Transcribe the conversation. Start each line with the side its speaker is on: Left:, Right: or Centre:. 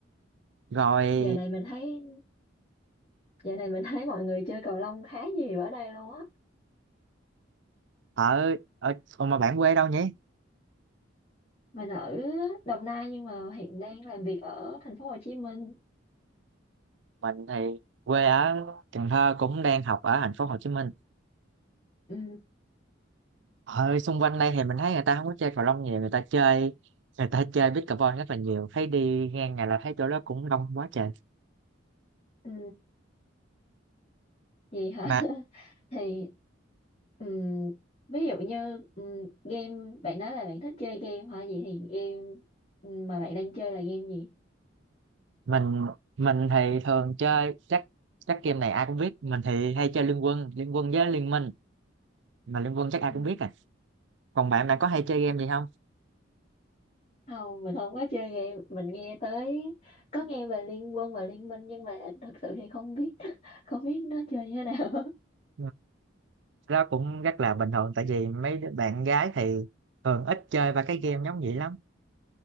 Right: rồi
Left: Giờ này mình thấy giờ này mình thấy mọi người chơi cầu lông khá nhiều ở đây luôn á.
Right: ở ở ủa mà bạn quê đâu nhỉ
Left: Mình ở Đồng Nai nhưng mà hiện đang làm việc ở thành phố Hồ Chí Minh.
Right: mình thì quê ở Cần Thơ cũng đang học ở thành phố Hồ Chí Minh
Left: Ừ,
Right: ở xung quanh đây thì mình thấy người ta không có chơi cầu lông nhiều người ta chơi người ta chơi pickleball rất là nhiều thấy đi ngang ngày là thấy chỗ đó cũng đông quá trời
Left: ừ, gì hả?
Right: mà
Left: <laughs> Thì ừ, ví dụ như ừ, game bạn nói là bạn thích chơi game hả? Vậy thì game mà bạn đang chơi là game gì?
Right: mình mình thì thường chơi chắc chắc game này ai cũng biết mình thì hay chơi Liên Quân Liên Quân với Liên Minh mà Liên Quân chắc ai
Left: Ừ,
Right: cũng biết à còn bạn bạn có hay chơi game gì không
Left: không, mình không có chơi game. Mình nghe tới có nghe về Liên Quân và Liên Minh nhưng mà thật sự thì không biết <laughs> không biết nó chơi như thế nào.
Right: Ừ, đó cũng rất là bình thường tại vì mấy đứa bạn gái thì thường ít chơi ba cái game giống vậy lắm